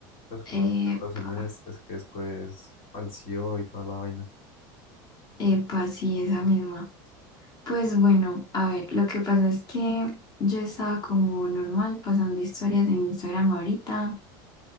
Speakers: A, on the left (about 60°); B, on the left (about 40°).
A: pues como
B: Epa,
A: los primeros semestres que después falseó y toda la vaina.
B: epa, sí, esa misma. Pues bueno, a ver, lo que pasa es que yo estaba como normal pasando historias en Instagram ahorita